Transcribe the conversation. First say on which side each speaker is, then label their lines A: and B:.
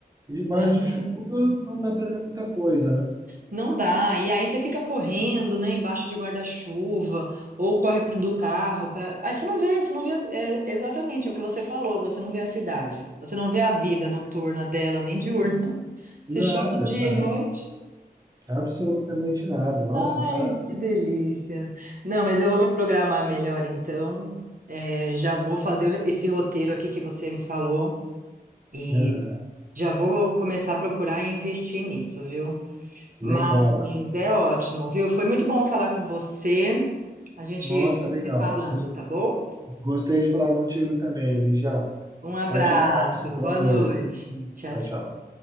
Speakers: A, on the right; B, on the right.
A: E debaixo
B: é.
A: de chuva não dá para ver muita coisa, né?
B: Não dá. E aí você fica correndo, né, embaixo de guarda-chuva, ou corre pro do carro, pra... aí você não vê, você não vê, a- é, exatamente, é o que você falou, você não vê a cidade, você não vê a vida noturna dela, nem diurna. <laughs>
A: Nada,
B: Você chove dia
A: nada,
B: e noite.
A: absolutamente nada. Nossa,
B: Ai,
A: tá,
B: que delícia. Não, mas
A: é, mas-
B: eu vou me programar melhor então. É, já vou fazer esse roteiro aqui que você me falou e
A: Aham,
B: já vou começar a procurar e investir nisso, viu? Mas
A: Legal.
B: é ótimo, viu? Foi muito bom falar com você. A gente
A: Nossa, legal.
B: vai se falando,
A: Gos-
B: tá bom?
A: Gostei de falar contigo também, Eli, já
B: Um abraço,
A: Forte abraço, boa
B: boa
A: noite.
B: noite. Tchau,
A: Tchau,
B: tchau.
A: tchau.